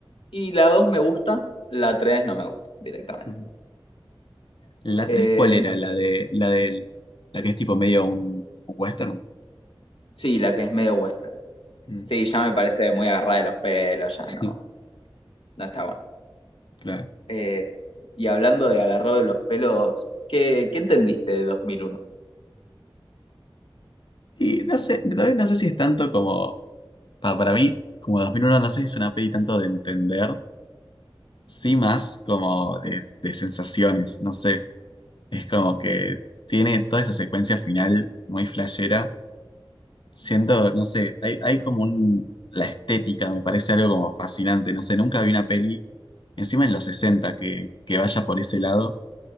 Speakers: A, on the left; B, on the left.
A: y la 2 me gusta, la 3 no me gusta directamente.
B: Ujú. ¿La
A: Eh,
B: tres cuál era? La de, la del, la que es tipo medio un, un western.
A: sí, la que es medio western.
B: Mm.
A: Sí, ya me parece muy agarrada de los pelos, ya
B: <laughs>
A: no, no está bueno.
B: Claro.
A: Eh, y hablando de agarrado de los pelos, ¿qué, qué entendiste de 2001?
B: Y no sé, también no sé si es tanto como, pa- para mí, como 2001 no sé si es una peli tanto de entender, sí más como de, de sensaciones, no sé, es como que tiene toda esa secuencia final muy flashera, siento, no sé, hay, hay como un, la estética me parece algo como fascinante, no sé, nunca vi una peli, encima en los 60 que, que vaya por ese lado,